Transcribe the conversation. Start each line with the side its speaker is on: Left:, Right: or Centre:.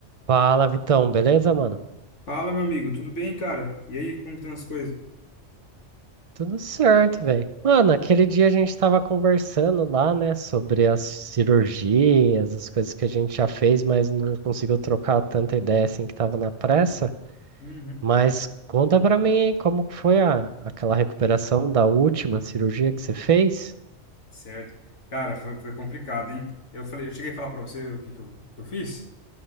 Right: Fala, Vitão, beleza, mano?
Left: Fala, meu amigo, tudo bem, cara? E aí, como estão as coisas?
Right: Tudo certo, velho. Mano, aquele dia a gente tava conversando lá, né, sobre as cirurgias, as coisas que a gente já fez, mas não conseguiu trocar tanta ideia assim que tava na pressa.
Left: Uhum.
Right: Mas conta pra mim aí como que foi a, aquela recuperação da última cirurgia que você fez?
Left: Certo. Cara, foi, foi complicado, hein? Eu falei, eu cheguei a falar pra você o que que eu, que eu fiz,